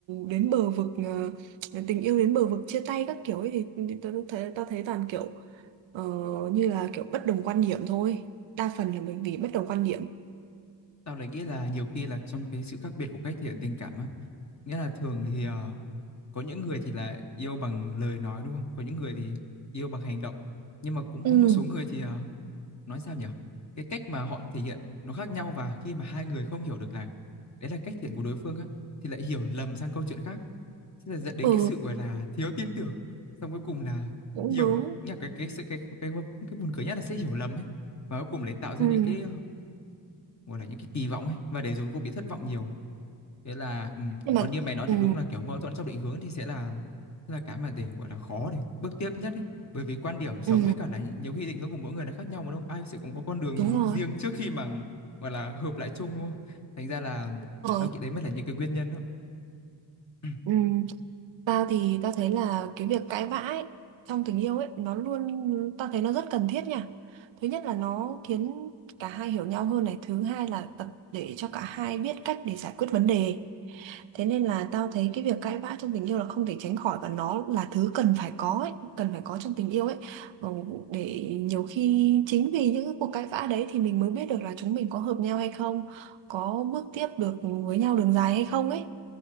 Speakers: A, on the right; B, on the left.
A: đến bờ vực ờ, tình yêu đến bờ vực chia tay các kiểu ấy thì, thì tao thấy tao thấy toàn kiểu ờ, như là kiểu bất đồng quan điểm thôi đa phần là bởi vì bất đồng quan điểm
B: Tao lại nghĩ là nhiều khi là trong cái sự khác biệt của cách thể hiện tình cảm á. Nghĩa là thường thì ờ, có những người thì là yêu bằng lời nói đúng không? Có những người thì yêu bằng hành động. Nhưng mà cũng có
A: Ừ,
B: một số người thì ờ, nói sao nhỉ? Cái cách mà họ thể hiện nó khác nhau và khi mà hai người không hiểu được là đấy là cách thể hiện của đối phương á thì lại hiểu lầm sang câu chuyện khác. Thế là dẫn đến
A: ừ
B: cái sự gọi là thiếu tin tưởng. Xong cuối cùng là
A: cũng
B: hiểu
A: đúng
B: nhá cái cái sự cái cái cái, cái buồn cười nhất là sẽ hiểu lầm ấy. Và cuối cùng lại tạo ra
A: ừ
B: những cái ờ, gọi là những cái kỳ vọng ấy và để rồi cô bị thất vọng nhiều thế là ừm,
A: nhưng mà
B: còn như mày nói
A: ừ
B: thì đúng là kiểu mâu thuẫn trong định hướng thì sẽ là sẽ là cái mà để gọi là khó để bước tiếp nhất ấy. bởi vì quan điểm sống
A: ừ
B: với cả là nhiều khi định hướng của mỗi người là khác nhau mà đúng không ai sẽ cũng có con đường
A: đúng rồi
B: riêng trước khi mà gọi là hợp lại chung luôn thành ra là
A: ờ
B: tao nghĩ đấy mới là những cái nguyên nhân đó <clears throat>
A: ừ Tao thì tao thấy là cái việc cãi vã ấy, trong tình yêu ấy nó luôn tao thấy nó rất cần thiết nha. Thứ nhất là nó khiến cả hai hiểu nhau hơn này, thứ hai là tập để cho cả hai biết cách để giải quyết vấn đề. Thế nên là tao thấy cái việc cãi vã trong tình yêu là không thể tránh khỏi và nó là thứ cần phải có ấy, cần phải có trong tình yêu ấy. Ừ, Để nhiều khi chính vì những cái cuộc cãi vã đấy thì mình mới biết được là chúng mình có hợp nhau hay không, có bước tiếp được với nhau đường dài hay không ấy.